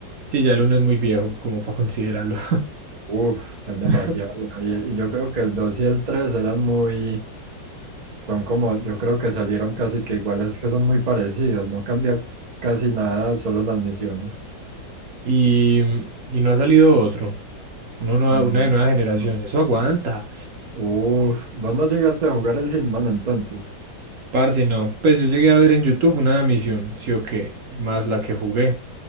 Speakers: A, on the right; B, on the right.
A: sí, ya el uno es muy viejo como para considerarlo.
B: Uf, es demasiado
A: <laughs>
B: viejo. Y y yo creo que el 2 y el 3 eran muy, son como, yo creo que salieron casi que iguales, que son muy parecidos, no cambia casi nada, solo las misiones.
A: Y, y no ha salido otro. Uno no,
B: Mm,
A: una de nueva generación.
B: no.
A: Eso aguanta.
B: Uf, vos no llegaste a jugar el Hitman entonces.
A: Parce, no. Pues yo llegué a ver en YouTube una misión, sí o qué, y más la que jugué.